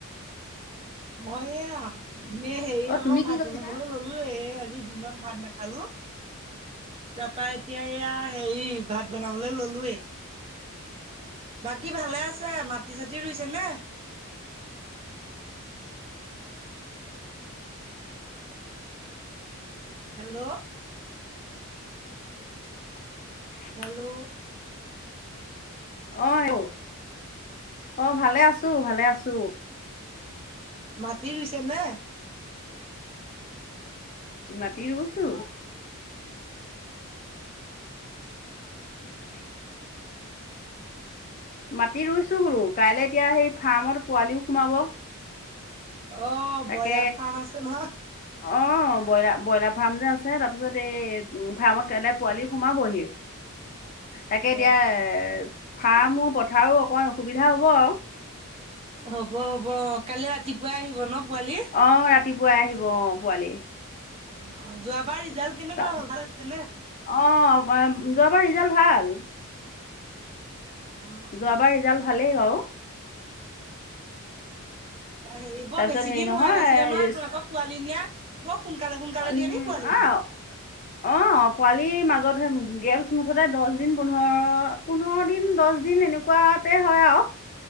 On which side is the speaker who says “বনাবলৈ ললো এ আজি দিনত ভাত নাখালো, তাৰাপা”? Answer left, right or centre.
Right